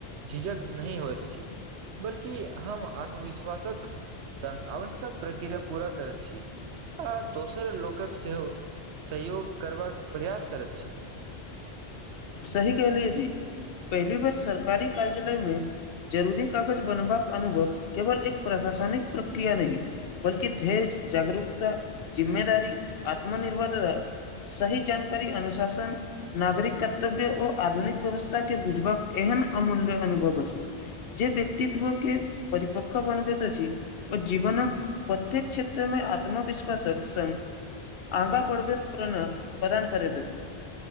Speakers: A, on the right; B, on the left.
A: झिझक नहि होइत अछि। बल्कि हम आत्मविश्वासक संग आवश्यक प्रक्रिया पूरा करैत छी आ दोसर लोकक सेहो सहयोग करबाक प्रयास करैत छी
B: सही कहलियए जी पहली बार सरकारी कार्यालयमे जरूरी कागज बनबाक अनुभव केवल एक प्रशासनिक प्रक्रिया नहि बल्कि धेर्य जागरूकता, जिम्मेदारी आत्मनिर्भरता। सही जानकारी अनुशासन नागरिक ताबे आ आधुनिक व्यवस्थाके बुझबाक एहन अमूल्य अनुभव अछि। जे व्यक्तित्वके परिपक्व बनबैत अछि। ओ जीवनक प्रत्येक क्षेत्र मे आत्मविश्वासक संग अगा पड़भेर प्रण प्रदान करैत अछि